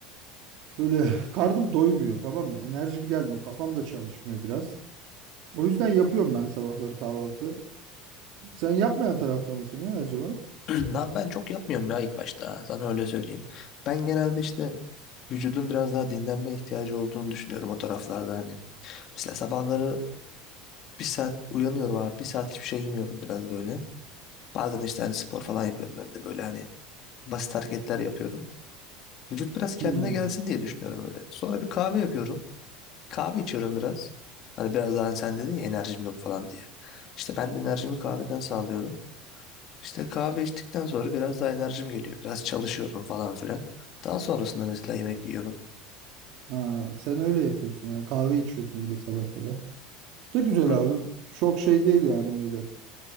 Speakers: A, on the right (about 60°); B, on the left (about 50°).
A: Böyle <laughs> <sighs> karnım doymuyor tamam mı? Enerjim gelmiyor. Kafam da çalışmıyor biraz. O yüzden yapıyorum ben sabahları kahvaltı. Sen yapmayan tarafta mısın ya acaba?
B: <clears throat> Ya ben çok yapmıyorum ya ilk başta. Sana öyle söyleyeyim. Ben genelde işte vücudun biraz daha dinlenme ihtiyacı olduğunu düşünüyorum o taraflarda hani. Mesela sabahları bir saat uyanıyorum abi. Bir saat hiçbir şey yemiyorum biraz böyle. Bazen işte hani spor falan yapıyorum evde böyle hani basit hareketler yapıyorum. Vücut biraz kendine
A: Hmm.
B: gelsin diye düşünüyorum öyle. Sonra bir kahve yapıyorum. Kahve içiyorum biraz. Hani biraz daha hani sen dedin ya enerjim yok falan diye. İşte ben de enerjimi kahveden sağlıyorum. İşte kahve içtikten sonra biraz daha enerjim geliyor. Biraz çalışıyorum falan filan. Daha sonrasında mesela yemek yiyorum.
A: Ha, sen öyle yapıyorsun yani kahve içiyorsun bir de sabahlara. Da güzel
B: Hı.
A: abi. Çok şey değil yani böyle.